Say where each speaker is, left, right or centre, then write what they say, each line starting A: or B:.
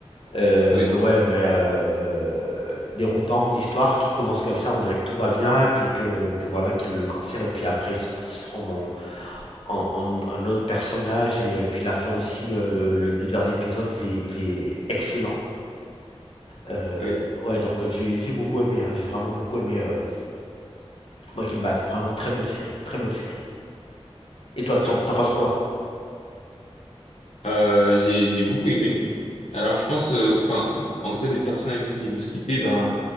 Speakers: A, on the left; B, on the left.
A: Euh,
B: oui,
A: mais ouais, mais euh, déroutant l'histoire qui commence comme ça, on dirait que tout va bien, puis que, que voilà qu'il a le cancer, et puis après il se transforme en, en, en- en autre personnage et euh, puis la fin aussi euh, le, le dernier épisode il est, il est excellent Euh,
B: oui.
A: ouais donc euh, j'ai j'ai beaucoup aimé hein, j'ai vraiment beaucoup aimé euh, Breaking Bad vraiment très bonne série très bonne série et toi t'en
B: ouais.
A: t'en penses quoi?
B: Euh, j'ai j'ai beaucoup aimé. Alors je pense, euh, enfin, en tout cas des personnes avec qui j'ai discuté, ben